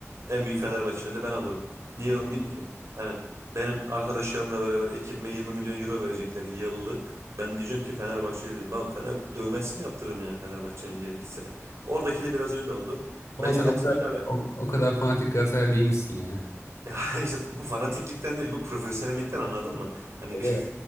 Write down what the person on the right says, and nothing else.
en büyük Fenerbahçeli de ben olurum. Niye olmayayım ki? Hani benim arkadaşlarımla beraber ekibime 20 milyon euro verecekler yıllık. Ben diyeceğim ki Fenerbahçeliyim. Abi Fener dövmesini yaptırırım yani Fenerbahçe'nin gerekirse. Oradaki de biraz öyle oldu. Ben
yönetimiyle
alakalı.
<laughs>
Ya işte bu fanatiklikten değil bu profesyonellikten anladın mı? Hani
bir <laughs>